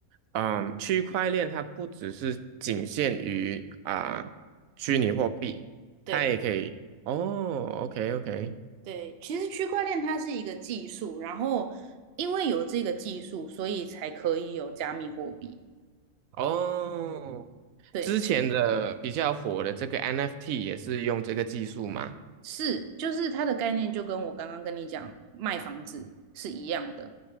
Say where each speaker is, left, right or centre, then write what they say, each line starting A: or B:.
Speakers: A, on the right; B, on the right.
A: 嗯，区块链它不只是仅限于啊、虚拟货币，
B: 对
A: 它也可以哦，OK OK，
B: 对，其实区块链它是一个技术，然后因为有这个技术，所以才可以有加密货币。
A: 哦，
B: 对，
A: 之前的比较火的这个 NFT 也是用这个技术嘛，
B: 是，就是它的概念就跟我刚刚跟你讲卖房子是一样的，